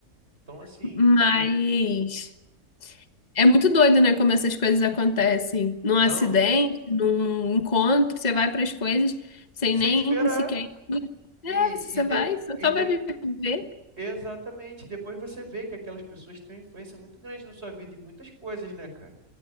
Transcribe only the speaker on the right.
Então, assim,
de...
Não,
sem
esperar.
E,
e, depo,
e
de,
exatamente, depois você vê que aquelas pessoas têm uma influência muito grande na sua vida em muitas coisas, né, cara?